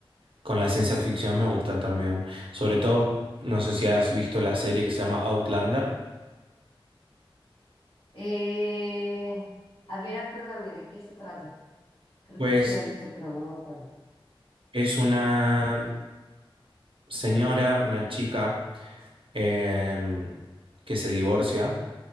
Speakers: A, on the right; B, on the left.
A: con la ciencia ficción me gustan también. Sobre todo, no sé si has visto la serie que se llama Outlander.
B: Eh, a ver, acuérdame de qué se trata. Creo
A: Pues
B: que sí la he visto, pero no me acuerdo.
A: es una señora, una chica eh, que se divorcia